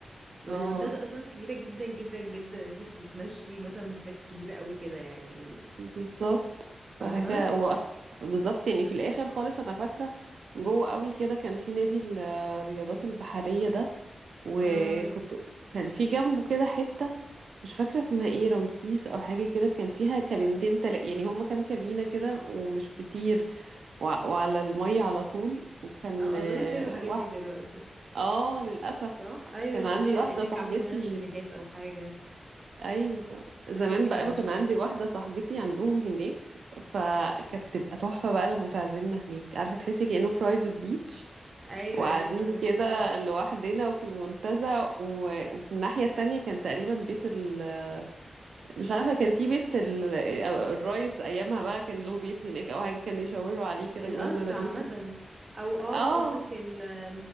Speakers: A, on the right (about 30°); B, on the right (about 80°).
A: والمنتزه
B: اه
A: اصلا كبيرة جدا جدا جدا انت بتتمشي مثلا مسافات كبيرة قوي كده يعني
B: بالظبط
A: فاهمة
B: فحاجه وقفت بالظبط يعني في الاخر خالص انا فاكره جوه قوي كده كان في نادي الرياضات البحريه ده وكنت
A: اه
B: كان في جنبه كده حتة مش فاكرة اسمها ايه رمسيس او حاجة كده كان فيها كابينتين تل... يعني هما كام كابينة كده ومش كتير وع وعلى المية على طول وكان
A: آه،
B: آه،
A: اظن شايلوا الحاجات
B: واحد
A: دي دلوقتي
B: اه للأسف
A: صح ايوه
B: كان
A: شالوها
B: عندي واحدة
A: اي ثينك
B: صاحبتي
A: عملوا مكانها شاليهات او حاجة
B: ايوه زمان
A: حاجة كده
B: بقى
A: مش
B: بقى كان عندي واحدة صاحبتي عندهم هناك فكانت تبقى تحفة بقى لما تعزمنا هناك عارفة تحسي كأنه برايفت بيتش
A: ايوه
B: وقاعدين
A: ايوه فاهمك
B: كده لوحدنا وفي المنتزه و... وفي الناحية التانية كان تقريبا بيت ال مش عارفة كان في بيت ال... أو الرئيس أيامها بقى كان له بيت هناك أو حاجة كان يشاوروا عليه كده
A: القصر
B: بيقولوا لنا ده بيت
A: عامة او اه
B: اه
A: قصدك ال